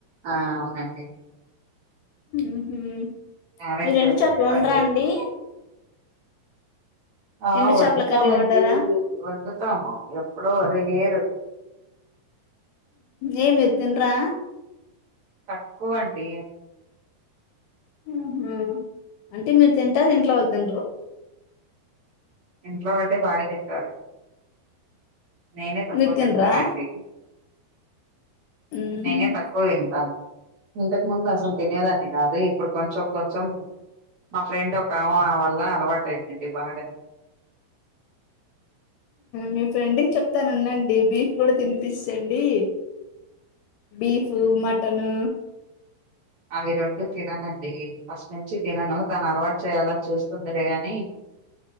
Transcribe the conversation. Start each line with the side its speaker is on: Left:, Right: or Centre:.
Right: ఆ అవునండి
Left: ఉహు
Right: క్యారెట్
Left: మీరు ఎండు చాపలు
Right: ఫ్రై
Left: వండార అండి
Right: ఆ
Left: ఎండు
Right: వండుతామండి
Left: చేపల కర్రీ వండరా
Right: వండుతాము ఎప్పుడో రేరు
Left: ఏమ్ మీరు తినరా
Right: తక్కువ అండి
Left: ఆహ అంటే మీరు తింటారు ఇంట్లో వాళ్ళు తినారు
Right: ఇంట్లో వాళ్ళే బాగా తింటారు నేనే తక్కువ
Left: మీరు తినరా
Right: తింటానండి
Left: ఉమ్
Right: నేనే తక్కువ తింటాన్ ఇంతకు ముందు అసలు తినేదాన్ని కాదు ఇప్పుడు కొంచెం కొంచెం మా ఫ్రెండ్ ఒక ఆమె వల్ల అలవాటు అయిపొయింది బాగా
Left: మీ ఫ్రెండ్కి చెప్తాను ఉండండి బీఫ్ కూడా తినిపించండి బీఫు మటన్
Right: అవి రెండు తిననండి ఫస్ట్ నుంచి తినను తను అలవాటు చేయాలని చూస్తుందిలే అని